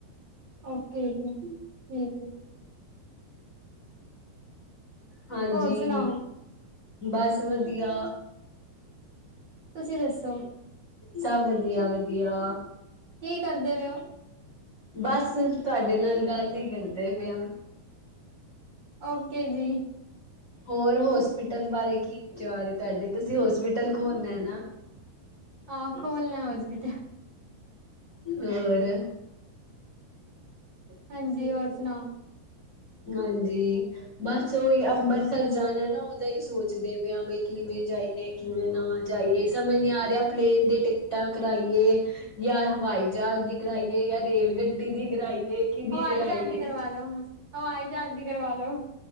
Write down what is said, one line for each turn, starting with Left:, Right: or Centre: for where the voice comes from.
Right: ਓਕੇ, ਠੀਕ ਏ।
Left: ਹਾਂਜੀ,
Right: ਹੋਰ ਸੁਣਾਓ
Left: ਬਸ ਵਦੀਆ।
Right: ਤੁਸੀਂ ਦੱਸੋ?
Left: ਸਬ ਵਧੀਆ- ਵਧੀਆ।
Right: ਕੀ ਕਰਦੇ ਪੇ ਓ?
Left: ਬਸ, ਤੁਆਡੇ ਨਾਲ ਗੱਲ ਈ ਕਰਦੇ ਪੇ ਆਂ।
Right: ਓਕੇ ਜੀ।
Left: ਹੋਰ ਹੋਸਪਿਟਲ ਬਾਰੇ ਕੀ ਵਿਚਾਰ ਏ ਤੁਆਡੇ? ਤੁਸੀਂ ਹੋਸਪਿਟਲ ਖੋਲਨਾ ਐ ਨਾ?
Right: ਹਾਂ, ਖੋਲਨਾ ਹੋਸਪਿਟਲ।
Left: ਹੋਰ?
Right: ਹਾਂਜੀ, ਹੋਰ ਸੁਣਾਓ?
Left: ਹਾਂਜੀ, ਬਸ ਓਹੀ ਅੰਬਰ ਸਰ ਜਾਣਾ ਨਾ, ਓਦਾ ਹੀ ਸੋਚਦੇ ਪਏ, ਬਈ ਕਿਵੇਂ ਜਾਈਏ, ਕਿਵੇਂ ਨਾ ਜਾਈਏ? ਸਮਝ ਨੀ ਆ ਰਿਹਾ। ਪਲੇਨ ਦੀ ਟਿਕਟਾਂ ਕਰਾਈਏ ਜਾਂ ਹਵਾਈ ਜਹਾਜ ਦੀ ਕਰਾਈਏ, ਜਾਂ ਰੇਲ ਗੱਡੀ ਦੀ ਕਰਾਈਏ। ਕਿਹਦੀ
Right: ਹਵਾਈ
Left: ਕਰਾਈਏ
Right: ਜਹਾਜ਼ ਦੀ ਕਰਵਾ ਲੋ-ਹਵਾਈ ਜਹਾਜ਼ ਦੀ ਕਰਵਾ ਲੋ।